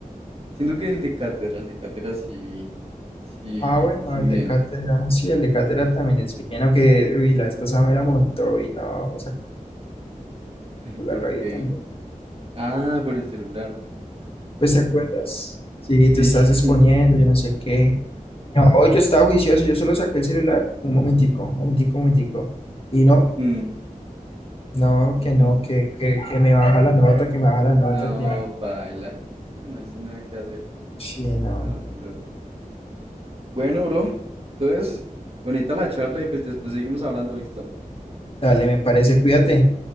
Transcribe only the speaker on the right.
Siento que el de Cátedra, el de Cátedra sí, sí,
sí
bien.
<laughs> ¿Y
por
qué?
Ah, por el celular.
Sí,
sí,
sí. <laughs>
Mm,
ujú.
No,
paila. Bueno, ahí sin nada que hacer.
No, bro. Bueno, bro. Entonces, bonita la charla y pues después seguimos hablando, ¿listo?